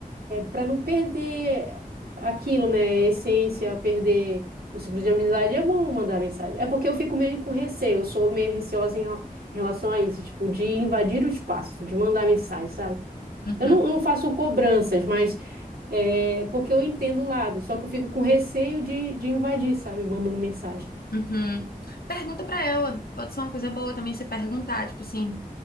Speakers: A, on the right (about 85°); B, on the left (about 85°).
A: para não perder aquilo, né? A essência, perder o ciclo de amizade, é bom mandar mensagem. É porque eu fico meio com receio, eu sou meio receosa em rela- em relação a isso, tipo, de invadir o espaço, de mandar mensagem, sabe?
B: Uhum,
A: Eu não, não faço cobranças, mas é porque eu entendo o lado, só que eu fico com receio de, de invadir, sabe? Mandando mensagem.
B: uhum. Pergunta pra ela. Pode ser uma coisa boa também você perguntar, tipo assim,